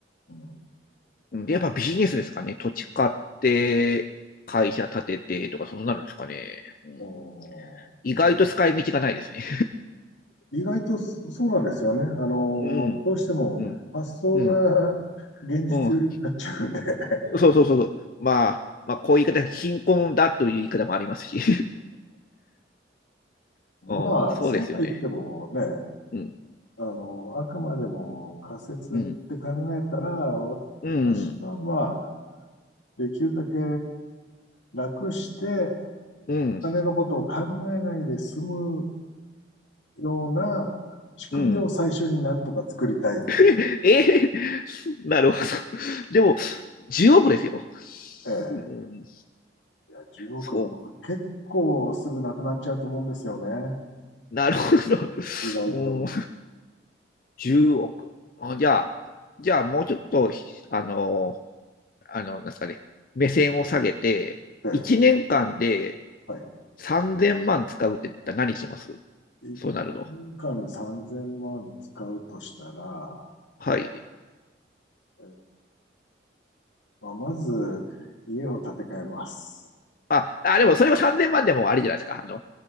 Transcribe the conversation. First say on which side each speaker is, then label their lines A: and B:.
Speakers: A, on the left (about 85°); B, on the left (about 45°).
A: うん
B: うんで、やっぱビジネスですかね。土地買って、会社建ててとか、そうなるんですかね。うん、
A: おー
B: 意外と使い道がないですね。
A: 意外とそそうなんですよね。あの、
B: <laughs> うん、
A: どうしても発想が現実寄りになっちゃうんで。
B: うん、うん、うん。
A: <laughs>
B: そうそうそうそう。まあ、まあ、こういう言い方、貧困だという言い方もありますし。<laughs> うん、
A: まあ、
B: そうですよね。
A: そうは言ってもね、
B: うん、
A: あの、あくまでも仮説って考えたら、
B: うん、うん、うん、
A: 私はまあ、できるだけ楽して
B: うん、
A: お金のことを考えないで済むような仕組みを最初になんとか作りたい。
B: うん。<laughs> えーなるほど。でも、10億ですよ。
A: ええ。
B: うん、
A: いや、10億、
B: そ
A: 結構すぐなくなっちゃうと思うんですよね。
B: う、なるほど。
A: 意外と。
B: うん、10億。あじゃあ、じゃあもうちょっと、あの、あの、なんですかね、目線を下げて、
A: て、
B: 1年間で
A: はい。
B: 3000万使うって言ったら何します
A: 1年間で3000万使うとしたら、
B: そうなるの。はい。
A: えまあ、まず家を建て替えます。
B: あ、あ、でもそれは3000万でもあれじゃないですか。あの、